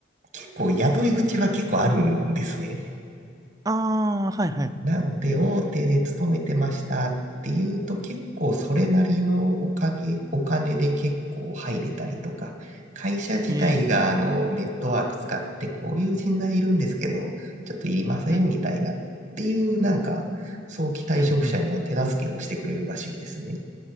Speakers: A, on the right; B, on the right.
A: 結構雇い口は結構あるんですね。
B: ああ、はいはい。
A: なので、大手で勤めてましたっていうと、結構それなりのおかげ、お金で結構入れたりとか、会社自体があのネットワーク使ってこういう人材いるんですけど、
B: えー、
A: ちょっといりませんみたいなっていうなんか、
B: うん、
A: 早期退職者には手助けもしてくれるらしいんですね。
B: うん、うん。